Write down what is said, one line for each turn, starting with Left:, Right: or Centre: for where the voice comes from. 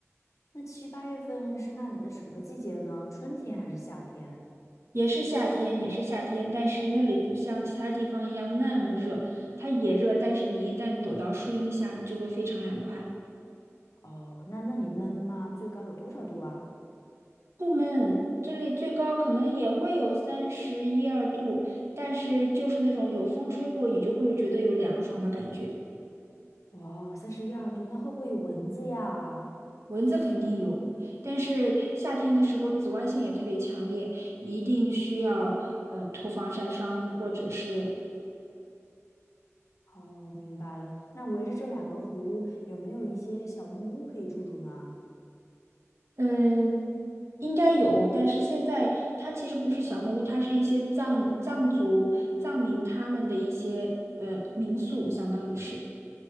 Left: 那七八月份是那里的什么季节呢？春天还是夏天？
Right: 也是夏天，也是夏天，但是那里不像其他地方一样那么热，它也热，但是你一旦躲到树荫下就会非常凉快。
Left: 哦，那那里闷吗？最高有多少度啊？
Right: 不闷，这里最高可能也会有三十一二度，但是就是那种有风吹过，你就会觉得有凉爽的感觉。
Left: 哦，三十一二度，那会不会有蚊子呀？
Right: 蚊子肯定有，但是夏天的时候紫外线也特别强烈，一定需要呃涂防晒霜或者是
Left: 哦，明白了。那围着这两个湖，有没有一些小木屋可以住住呢？
Right: 嗯。应该有，但是现在它其实不是小木屋，它是一些藏藏族藏民他们的一些呃民宿，相当于是